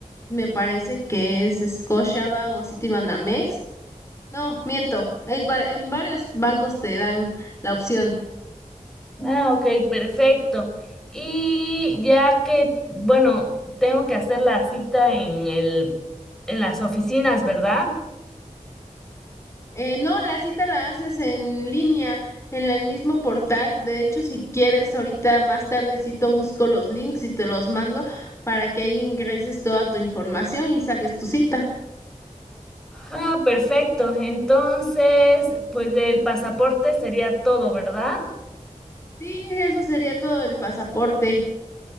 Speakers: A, on the left; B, in the centre.
A: Me parece que es Scotiabank o Citibanamex. No, miento. En, cua- en varios bancos te dan la opción.
B: Ah, ok, perfecto. Y ya que, bueno, tengo que hacer la cita en el, en las oficinas, ¿verdad?
A: Eh, no, la cita la haces en línea, en el mismo portal. De hecho, si quieres, ahorita más tardecito busco los links y te los mando para que ahí ingreses toda tu información y saques tu cita.
B: Ah, perfecto. Entonces, pues del pasaporte sería todo, ¿verdad?
A: Sí, eso sería todo el pasaporte.